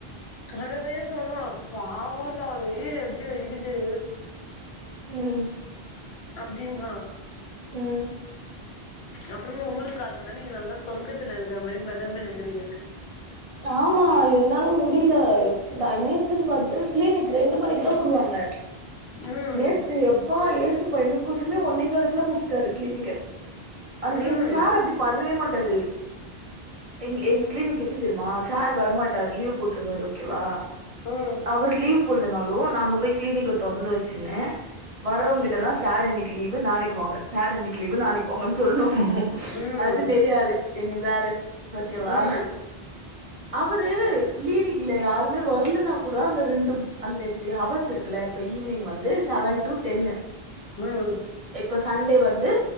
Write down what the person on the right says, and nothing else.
ம்
ம்
ஆமா என்னால முடியில தா நேத்துன் பாத்து க்ளீனிக் ரெண்டு மணிக்கு தா உடுவாங்க
நேத்து எப்பா ஏசுப்பா எனக்கொசர்மே ஒன்னே காலுக்குலா முட்ஸ்ட்டாரு க்ளீனிக்க அது
எங்க சார் அப்டி பண்ணவே மாட்டாரு எங் எங் க்ளீனிக் எப்டி தெரிமா சார் வரமாட்டார் லீவ் போட்ருவாரு ஓகேவா
அவரு லீவ் புல்லனாலு நாங்க போய் க்ளீனிக்க தொறந்து வெச்சினு வரவங் கிட்டலா சார் இன்னிக்கு லீவு நாளைக் வாங்க சார் இன்னிக்கு லீவு லீவு நாளைக் வாங்கன் சொல்ணு
அது மேரி ஆளு எங்க சாரு ஓகேவா
அவரு க்ளீனிக்குல யாருமே வர்லனா கூட அந்த ரெண்டும் அந்த இப்டி ஹவர்ஸ் இருக் குல்ல இப்ப ஈவினிங் வந்து செவன் டூ டென்னு
இப்ப சண்டே வந்து